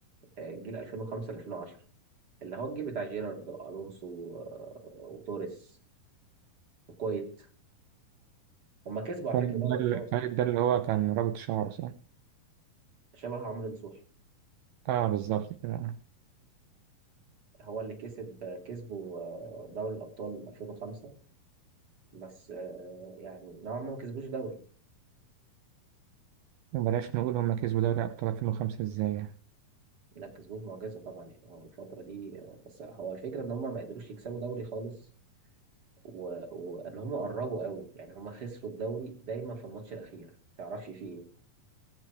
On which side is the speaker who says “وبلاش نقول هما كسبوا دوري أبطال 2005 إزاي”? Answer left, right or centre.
Right